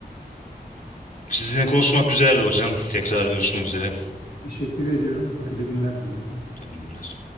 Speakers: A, on the left; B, on the left.
A: Sizinle konuşmak güzeldi hocam. Tekrar görüşmek üzere.
B: Teşekkür ediyorum. Hayırlı günler diliyorum.
A: Hayırlı günler.